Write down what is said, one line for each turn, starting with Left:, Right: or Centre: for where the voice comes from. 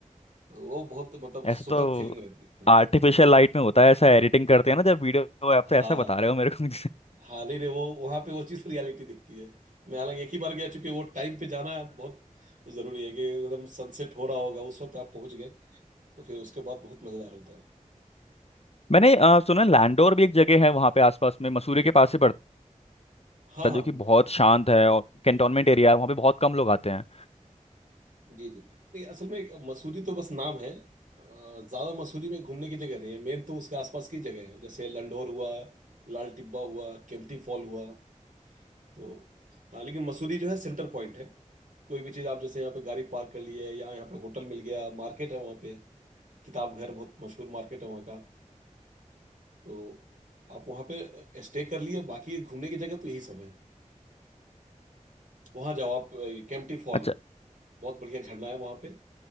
Right: तो वो बहुत मतलब सुखद
Left: ऐसा तो
Right: फीलिंग रहती है
Left: आर्टिफिशियल लाइट में होता है ऐसा एडिटिंग करते हैं ना जब वीडियो आप तो
Right: हाँ
Left: ऐसा
Right: हाँ
Left: बता रहे हो मेरे को
Right: हाँ नहीं नहीं वो वहां पे वो चीज रियलिटी दिखती है मैं हालांकि एक ही बार गया चूंकि वो टाइम पे जाना बहुत जरूरी है कि एकदम सनसेट हो रहा होगा उस वक्त आप पहुंच गए तो फिर उसके बाद बहुत मजेदार होता है
Left: <laughs> मैंने अ, सुना लैंडोर भी एक जगह है वहाँ पे आसपास में मसूरी के पास ही पड़ता
Right: हाँ
Left: है
Right: हाँ
Left: जो कि
Right: म-
Left: बहुत शांत है और कैंटोनमेंट एरिया है वहाँ पे बहुत कम लोग आते हैं
Right: जी जी नहीं असल में मसूरी तो बस नाम है अ, ज्यादा मसूरी में घूमने की जगह नहीं है मेन तो उसके आसपास की जगह है जैसे लंढोर हुआ लाल टिब्बा हुआ केम्प्टी फॉल हुआ तो हाँ लेकिन मसूरी जो है सेंटर पॉइंट है कोई भी चीज़ आप जैसे यहाँ पे गाड़ी पार्क कर ली है या यहाँ पे होटल मिल गया मार्केट है वहाँ पे किताब घर बहुत मशहूर मार्केट है वहाँ का तो आप वहाँ पे स्टे कर लिए बाकी घूमने की जगह तो यही सब है वहाँ जाओ आप केम्प्टी फॉल
Left: अच्छा,
Right: बहुत बढ़िया झरना है वहाँ पे